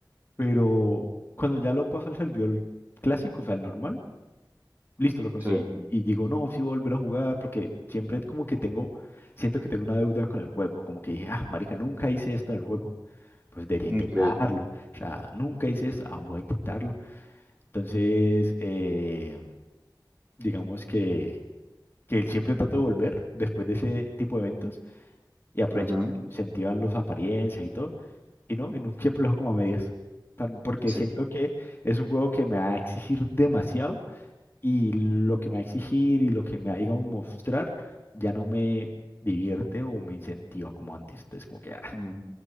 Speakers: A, on the left (about 30°); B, on the right (about 20°).
A: pero cuando ya lo paso al servidor clásico, o sea, al normal, listo, lo conseguí.
B: sí,
A: Y digo, no, sí, voy a volver a jugar porque siempre como que tengo, siento que tengo una deuda con el juego, como que dije, ah, marica, nunca hice esto en el juego. pues debería
B: increíble
A: intentarlo. O sea, nunca hice esto, ah, voy a intentarlo. Entonces, eh, digamos que, que siempre trato de volver después de ese tipo de eventos y aprovechar,
B: ujú,
A: que incentivan las apariencias y todo, y no, y no siempre lo dejo como a medias. Tan- Porque
B: Sí,
A: siento que es un juego que me va a exigir demasiado y lo que me va a exigir y lo que me va a, digamos, mostrar ya no me divierte o me incentiva como antes. Entonces, como que, ah,
B: mm,